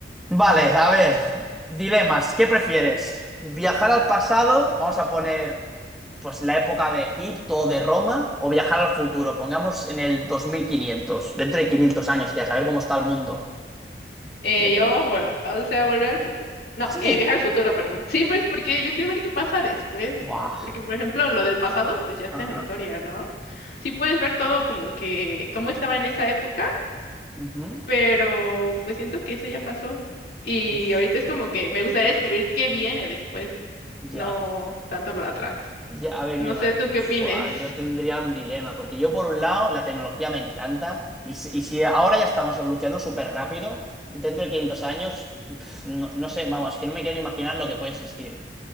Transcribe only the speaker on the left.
Eh,
yo, bueno, ah, o sea, volver al futuro. No,
eh, viajar al futuro, perdón. Sí, pues porque yo quiero ver qué pasa después.
Porque, por ejemplo, lo del pasado, pues ya está
en la historia, ¿no? Sí puedes ver todo como que, cómo estaba en esa época,
pero pues siento que eso ya pasó. Y
ahorita es como que me gustaría descubrir qué viene después,
no tanto lo de atrás.
No sé, ¿tú qué
opines?